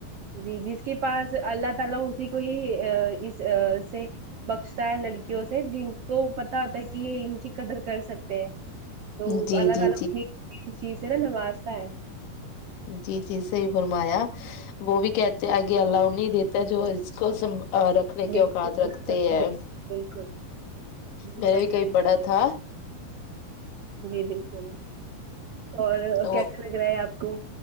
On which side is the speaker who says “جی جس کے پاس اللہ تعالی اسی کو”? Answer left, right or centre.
Right